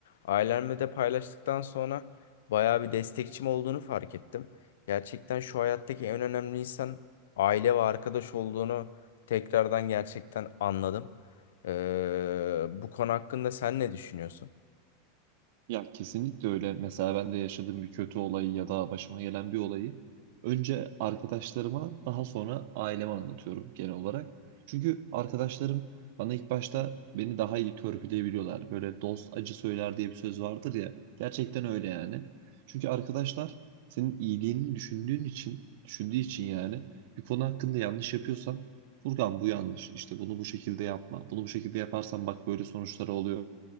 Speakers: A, on the left; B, on the right.
A: Ailemle de paylaştıktan sonra bayağı bir destekçim olduğunu fark ettim. Gerçekten şu hayattaki en önemli insan aile ve arkadaş olduğunu tekrardan gerçekten anladım. Ee, bu konu hakkında sen ne düşünüyorsun?
B: Ya kesinlikle öyle. Mesela ben de yaşadığım bir kötü olayı ya da başıma gelen bir olayı önce arkadaşlarıma daha sonra aileme anlatıyorum genel olarak. Çünkü arkadaşlarım bana ilk başta beni daha iyi törpüleyebiliyorlar. Böyle dost acı söyler diye bir söz vardır ya. Gerçekten öyle yani. Çünkü arkadaşlar senin iyiliğini düşündüğün için, düşündüğü için yani bir konu hakkında yanlış yapıyorsan Furkan bu yanlış. işte bunu bu şekilde yapma. Bunu bu şekilde yaparsan bak böyle sonuçları oluyor